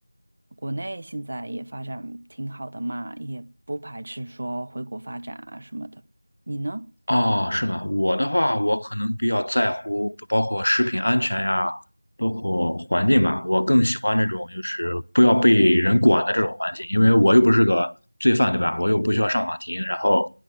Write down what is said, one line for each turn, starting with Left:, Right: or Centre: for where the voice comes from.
Right: 国内现在也发展挺好的嘛，也不排斥说回国发展啊什么的。你呢？
Left: 哦，是吗？我的话，我可能比较在乎，包括食品安全呀，包括环境吧。我更喜欢这种就是不要被人管的这种环境，因为我又不是个罪犯，对吧？我又不需要上法庭。然后，